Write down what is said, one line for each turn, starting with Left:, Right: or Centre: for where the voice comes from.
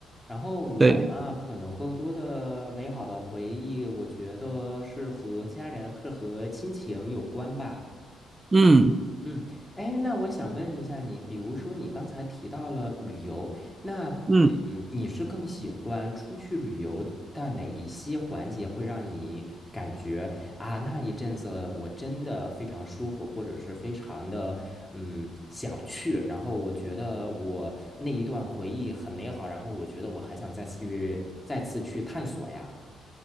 Centre: 然后我嘛，
Right: 对，
Centre: 可能更多的美好的回忆，我觉得是和家人，是和亲情有关吧。
Right: 嗯
Centre: 嗯，哎，那我想问一下你，比如说你刚才提到了旅游，那嗯，
Right: 嗯。
Centre: 你是更喜欢出去旅游的哪一些环节会让你感觉啊，那一阵子我真的非常舒服，或者是非常的嗯想去，然后我觉得我那一段回忆很美好，然后我觉得我还想再次去再次去探索呀。